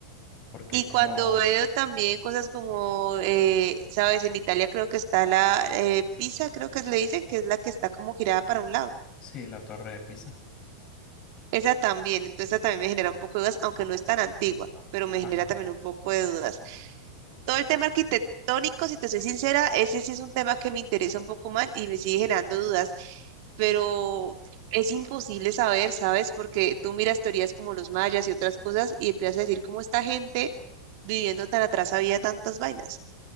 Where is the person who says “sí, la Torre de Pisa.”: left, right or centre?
Left